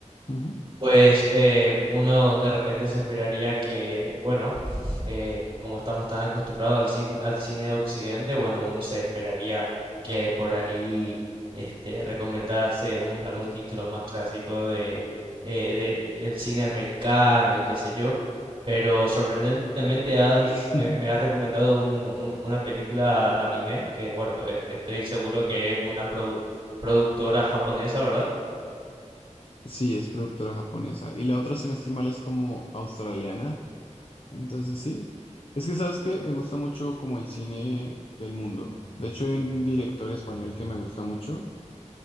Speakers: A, on the left; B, on the right.
A: Ujú.
B: Pues eh, uno de repente se esperaría que, bueno, eh, como estamos tan acostumbrados al cine, al cine de Occidente, bueno, uno se esperaría que por ahí este, recomendase un, algún título más clásico de, eh, de- del cine americano y qué sé yo, pero sorprendentemente has-
A: <laughs>
B: me, me has recomendado un- un- una película anime que, bueno, es- estoy seguro que es una produ- productora japonesa, ¿verdad?
A: Sí, es productora japonesa. Y la otra, si no estoy mal, es como australiana. Entonces sí, es que sabes que me gusta mucho como el cine del mundo. De hecho, hay un director español que me gusta mucho,